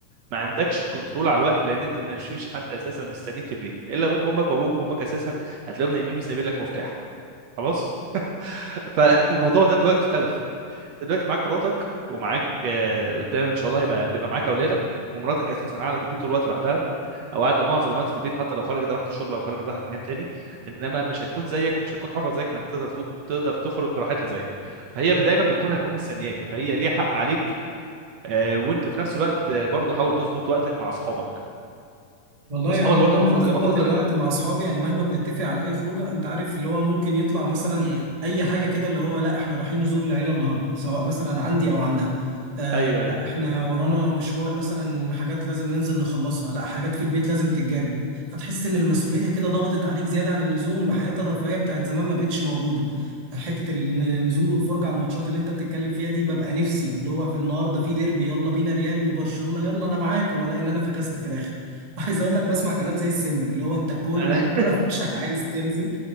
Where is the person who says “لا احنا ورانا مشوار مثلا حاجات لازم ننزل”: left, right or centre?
Right